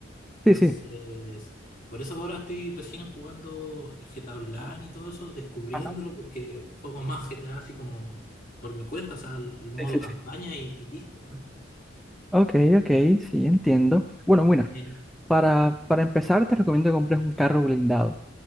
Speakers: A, on the left; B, in the centre.
A: Entonces,
B: sí, sí.
A: por eso ahora estoy recién jugando el GTA Online y todo eso, descubriéndolo,
B: Ajá,
A: porque juego más GTA así como por mi cuenta, o sea, el modo
B: sí, sí,
A: campaña
B: sí.
A: y, y listo. <laughs>
B: Ok, ok, sí, entiendo. Bueno, bueno,
A: Sí,
B: para, para empezar te recomiendo que compres un carro blindado.